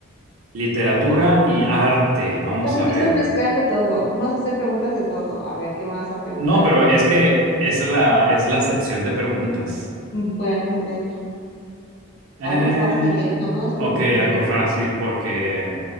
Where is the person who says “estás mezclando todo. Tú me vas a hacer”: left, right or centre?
Left